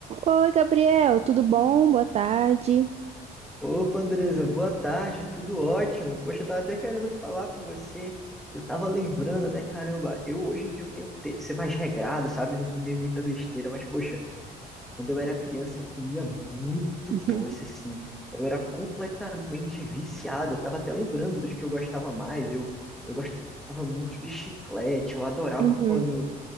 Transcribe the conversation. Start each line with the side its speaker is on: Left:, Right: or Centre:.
Right: Oi, Gabriel, tudo bom? Boa tarde.
Centre: Opa, Andresa, boa tarde, tudo ótimo. Poxa, eu tava até querendo falar com você, que eu tava lembrando, né? Caramba, eu hoje em dia eu tenho que ser mais regrado, sabe? Não comer muita besteira, mas poxa, quando eu era criança eu comia muito
Right: <laughs>
Centre: doce, assim. Eu era completamente viciado. Eu tava até lembrando dos que eu gostava mais. Eu, eu gostava muito de chiclete, eu adorava
Right: Uhum,
Centre: quando